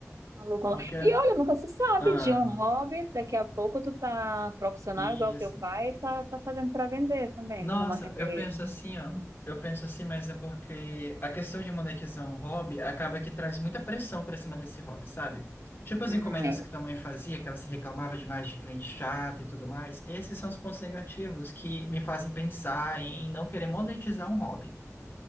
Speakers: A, on the right (about 80°); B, on the left (about 45°).
A: aluga.
B: Porque.
A: um lo- E olha, nunca se sabe
B: Ah,
A: de um hobby. Daqui a pouco tu tá profissional
B: isso.
A: igual teu pai, e tá tá fazendo pra vender também,
B: Nossa,
A: como uma renda
B: eu
A: extra.
B: penso assim, ó. Eu penso assim, mas é porque a questão de monetizar um hobby acaba que traz muita pressão pra cima desse hobby, sabe? Tipo as
A: Hum,
B: encomendas
A: é.
B: que tua mãe fazia, que ela se reclamava demais de cliente chato e tudo mais. Esses são os pontos negativos que me fazem pensar em não querer monetizar um hobby.